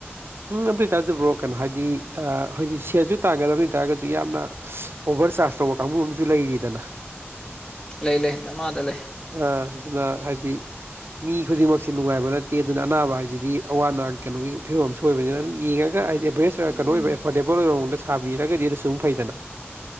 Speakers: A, on the right (about 60°); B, on the left (about 15°).
A: ꯎꯝ ꯑꯗꯨ ꯑꯣꯏꯇꯥꯖꯨ ꯕ꯭ꯔꯣ ꯀꯩꯅꯣ ꯍꯥꯏꯗꯤ ꯑꯥ ꯍꯣꯏꯗꯤ ꯁꯦꯜꯁꯨ ꯇꯥꯟꯒꯗꯕꯅꯤ ꯑꯗꯨ ꯑꯣꯏꯇꯥꯔꯒꯖꯨ ꯌꯥꯝꯅ ꯑꯣꯚꯔ ꯆꯥꯔꯖ ꯇꯧꯕ ꯀꯥꯡꯕꯨ ꯑꯃꯁꯨ ꯂꯩꯔꯤꯗꯅ
B: ꯂꯩ ꯂꯩ ꯗꯃꯥꯗ ꯂꯩ
A: ꯑ ꯑꯗꯨꯅ ꯍꯥꯏꯗꯤ ꯃꯤ ꯈꯨꯗꯤꯡꯃꯛꯁꯦ ꯅꯨꯡꯉꯥꯏꯕ ꯅꯠꯇꯦ ꯑꯗꯨꯅ ꯑꯅꯥꯕ ꯍꯥꯏꯁꯤꯗꯤ ꯑꯋꯥ ꯑꯅꯥ ꯀꯩꯅꯣꯒꯤ ꯐꯤꯕꯝ ꯑꯃꯁꯨ ꯑꯣꯏꯕꯅꯤꯅ ꯑꯗꯨꯝ ꯌꯦꯡꯉꯒ ꯑꯦꯕꯔꯦꯁ
B: ꯎꯝ
A: ꯑꯣꯏ ꯀꯩꯅꯣ ꯑꯣꯏꯕ ꯑꯦꯐꯣꯔꯗꯦꯕꯜ ꯑꯣꯏꯕ ꯃꯑꯣꯡꯗ ꯁꯥꯕꯤꯔꯒꯗꯤ ꯑꯗꯨ ꯁꯨꯝ ꯐꯩꯗꯅ